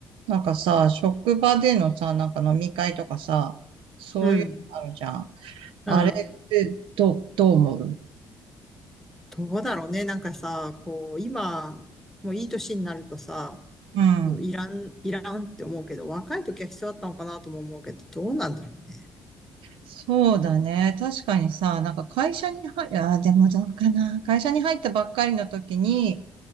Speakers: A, on the right; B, in the centre.
A: なんかさ、職場でのさ、なんか飲み会とかさ、そういうのあるじゃん。
B: うん、うん。
A: あれってど、どう思う
B: どうだろうね。なんかさ、こう、今、もういい年になるとさ、
A: うん。
B: もういらん、いらんって思うけど、若い時は必要だったのかなとも思うけど、どうなんだろうね。
A: そうだね。確かにさ、なんか会社に入、あー、でもどうかな。会社に入ったばっかりの時に、